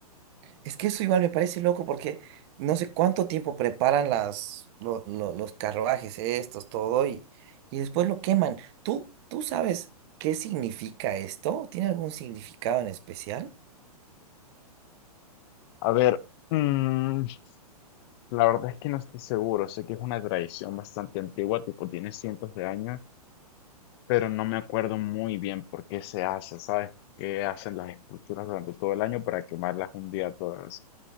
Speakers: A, on the right; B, on the left.
A: Es que eso igual me parece loco porque no sé cuánto tiempo preparan las, lo- lo- los carruajes estos, todo, y, y después lo queman. ¿Tú, tú sabes qué significa esto? ¿Tiene algún significado en especial?
B: A ver, mm, la verdad es que no estoy seguro. Sé que es una tradición bastante antigua, tipo tiene cientos de años, pero no me acuerdo muy bien por qué se hace, ¿sabes? Que hacen las esculturas durante todo el año para quemarlas un día todas.